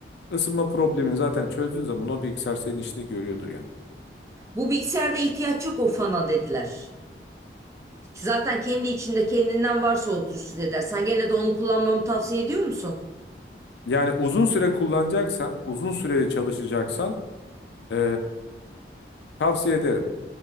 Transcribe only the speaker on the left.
Isınma problemini zaten çözdüğün zaman o bilgisayar senin işini görüyordur yani.
Yani uzun süre kullanacaksan, uzun süreli çalışacaksan e, tavsiye ederim.